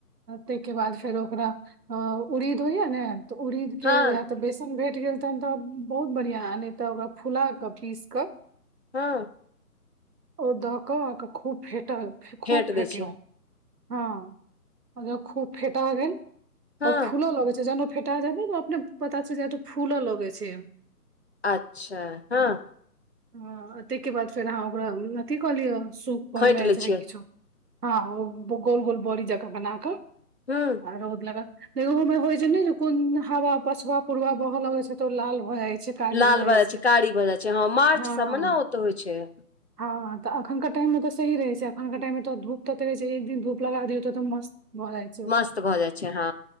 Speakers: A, on the right; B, on the left.
A: ताहिके बाद फेर ओकरा उड़ीद होइया ने तऽ उड़ीद के
B: हँ
A: तऽ बेसन भेट गेल तहन तऽ बहुत बढ़िआँ, आ नै तऽ ओकरा फुलााकऽ पीस कऽ।
B: हँ।
A: ओ दऽ कऽ, अहके खूब फेटल, खूब
B: हेट
A: फेटलहुँ,
B: दै छियै
A: हँ। ओ जब खूब फेटा गेल,
B: हँ
A: ओ फूलो लगै छै जन ओ फेटा जात नय, ओ अपने पता छै, जे एतो फूलो लगे छै।
B: अच्छा, हँ।
A: ह, तैयके बाद, फेर अहाँ ओकरा अथथि कऽ लिअ, सूप
B: खोंटि
A: ओर मे
B: लै
A: चाहे
B: छियै
A: किछो, हँ, गोल -गोल बोड़ी जकाँ बना कऽ
B: हँ,
A: आ रौद लग क, ओहो में होय छै ने, जे कोन हवा, पछवा -पुरवा बहऽ लग छै त, ओ लाल भ जाय छै। कारी
B: लाल
A: भऽ जाइ
B: भ जाय छै, कारी भ जा छै, हँ, मार्च
A: हँ
B: सबमे ने ओत होइ छै।
A: हँ, तऽ एखनके टाइम मे तऽ सही रहै छै। फनके टाइमे त, धूप तते रहे छै, एक दिन धूप लगा दियौ त, मस्त भऽ जाय
B: मस्त भऽ जाइ छै, हँ,